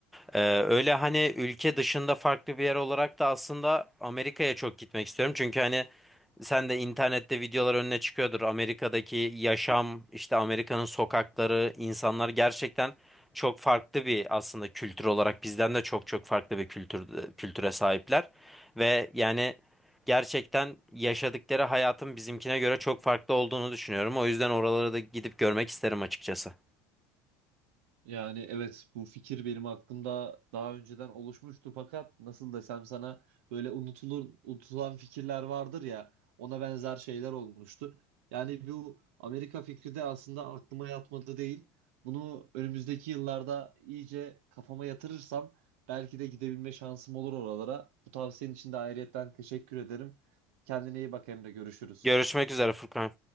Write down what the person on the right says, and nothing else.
Yani evet bu fikir benim aklımda daha önceden oluşmuştu fakat nasıl desem sana böyle unutulur unutulan fikirler vardır ya ona benzer şeyler olmuştu. Yani bu Amerika fikri de aslında aklıma yatmadı değil. Bunu önümüzdeki yıllarda iyice kafama yatırırsam belki de gidebilme şansım olur oralara. Bu tavsiyenin için de ayrıyetten teşekkür ederim. Kendine iyi bak Emre görüşürüz.